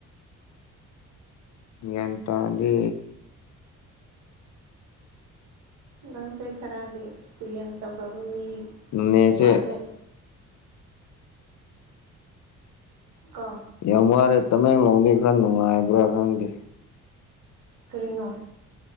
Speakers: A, on the left; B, on the right.
A: ꯌꯦꯇꯥꯗꯤ
B: ꯅꯪꯁꯦ ꯈꯔꯗꯤ ꯑꯦꯛꯁꯄꯤꯔꯤꯌꯦꯟꯁ ꯇꯧꯈ꯭ꯔꯕ ꯃꯤ
A: ꯅꯦꯆꯦ
B: ꯃꯥꯜꯂꯦ ꯀ
A: ꯌꯥꯝ ꯋꯥꯔꯦ ꯇꯃꯦꯡꯂꯣꯡꯗꯤ ꯈꯔ ꯅꯨꯡꯉꯥꯏꯕ꯭ꯔꯥ ꯈꯪꯗꯦ
B: ꯀꯔꯤꯅꯣ